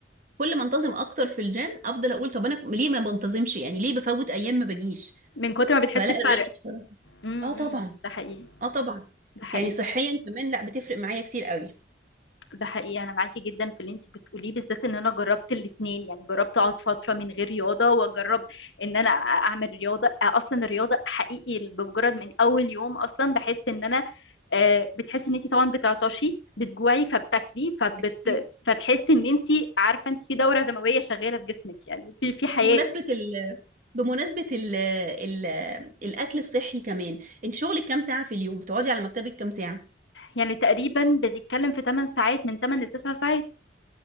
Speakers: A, on the right (about 45°); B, on the left (about 80°).
A: كل ما انتظم اكتر في الجيم افضل اقول طب انا ليه ما بنتظمش يعني ليه بفوت ايام ما بجيش
B: من كتر ما بتحس
A: فلا الرياضه
B: بفرق
A: بصراحه
B: امم
A: اه
B: إمم،
A: طبعا
B: ده حقيقي
A: اه طبعا
B: ده حقيقي
A: يعني صحيا كمان لا بتفرق معايا كتير قوي
B: ده حقيقي انا معاكي جدا في اللي انت بتقوليه بالذات ان انا جربت الاتنين يعني جربت اقعد فتره من غير رياضه واجرب ان انا اعمل رياضه اصلا الرياضه حقيقي بمجرد من اول يوم اصلا بحس ان انا آه، بتحسي ان انت طبعا بتعطشي بتجوعي فبتاكلي فبت
A: اكيد
B: فتحسي ان انت عارفه انت في دوره دمويه شغاله في جسمك يعني في في حياه
A: بمناسبه ال بمناسبه ال ال الاكل الصحي كمان انت شغلك كام ساعه في اليوم بتقعدي على مكتبك كام ساعه
B: يعني تقريبا بتتكلم في 8 ساعات من 8 ل 9 ساعات